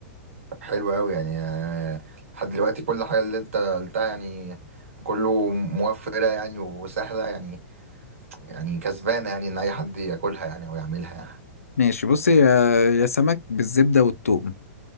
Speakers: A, on the right (about 65°); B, on the left (about 85°).
A: حلو قوي يعني آه، لحد دلوقتي كل حاجه اللي انت قلتها يعني كله موفره يعني وسهله يعني يعني كسبانه يعني ان اي حد ياكلها يعني او يعملها يعني
B: ماشي بص هي يا سمك بالزبده والثوم